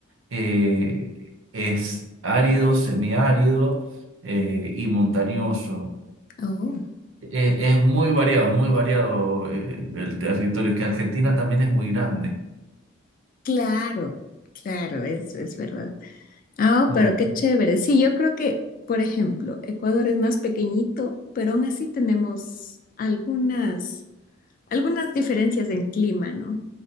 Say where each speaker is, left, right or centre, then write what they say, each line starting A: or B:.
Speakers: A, on the right; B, on the left.
A: eh, es árido, semiárido eh, y montañoso.
B: Oh,
A: Eh, es muy variado, es muy variado eh, el territorio, que Argentina también es muy grande.
B: claro, claro, es, es verdad. Ah, oh,
A: Mm,
B: pero qué chévere. Sí, yo creo que, por ejemplo, Ecuador es más pequeñito, pero aún así tenemos algunas, algunas diferencias en clima, ¿no?